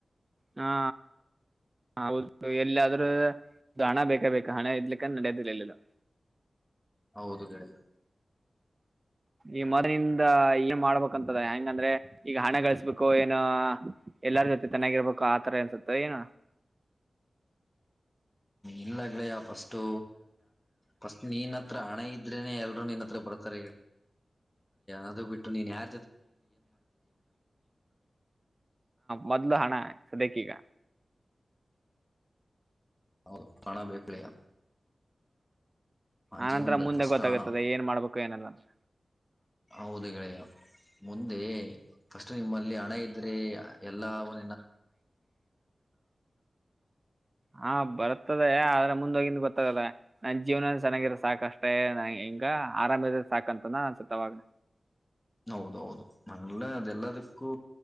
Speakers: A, on the right; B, on the left.
A: ಹಾ ಹ ಹೌದು ಎಲ್ಲಾದ್ರೂ ಹಣ ಬೇಕೇ ಬೇಕ ಹಣ ಇರ್ಲಿಕಾ ಅಂದ್ರ ನಡದಿಲ್ಲ ಎಲ್ಲೂ
B: ಹೌದು ಗೆಳೆಯಾ.
A: ಈ ಮಾರ್ಡೆನ್ಇಂದ ಏನ್ ಮಾಡ್ಬೇಕಂತದ ಹೆಂಗಂದ್ರೆ ಈಗ ಹಣಗಳಸ್ಬೇಕು ಏನ ಎಲ್ಲಾರ ಜೊತೆ ಚೆನ್ನಾಗಿರ್ಬೇಕು ಆತರ ಅನ್ಸುತ್ತೆ ಏನ
B: ಇಲ್ಲ ಗೆಳೆಯಾ ಫಸ್ಟು ಫಸ್ಟ್ ನೀನ್ ಹತ್ರ ಹಣ ಇದ್ರೇನೆ ಎಲ್ರೂ ನಿನ್ ಹತ್ರ ಬರ್ತಾರೆ. ಅದು ಬಿಟ್ಟು ನೀನ್ ಯಾರ
A: ಮೊದ್ಲು ಹಣ ಸದ್ಯಕ್ಕೆ ಈಗ.
B: ಹೌದು ಹಣ ಬೇಕ ಗೆಳೆಯ ಆ
A: ಆನಂತರ
B: ಜೀವನದಲ್ಲಿ
A: ಮುಂದೆ
B: ಫಸ್ಟ್
A: ಗೊತ್ತಾಗತ್ತದ
B: ಹಣ
A: ಏನ್ ಮಾಡ್ಬೇಕು ಏನಿಲ್ಲ ಅಂತ
B: ಹೌದು ಗೆಳೆಯಾ. ಮುಂದೆ ಕಷ್ಟ ಟೈಮ್ ಅಲ್ಲಿ ಹಣ ಇದ್ರೆ ಎಲ್ಲಾ ಒಂದ
A: <unintelligible> ಹಾ ಬರ್ತದೆ ಆದ್ರೆ ಮುಂದ ಹೋಗಿಂದ ಗೊತ್ತಾಗಲ್ಲ ನನ್ ಜೀವನ ಚೆನ್ನಾಗಿರ ಸಾಕಷ್ಟೇ ನನಿಗೆ ಹಿಂಗ ಆರಾಮಿದ್ರೆ ಸಾಕಂತ ನ ಅನ್ಸುತ್ತವಾಗ
B: <unintelligible> ಹೌದೌದು ನಂಗಲ್ಲ ಅದೆಲ್ಲದಕ್ಕೂ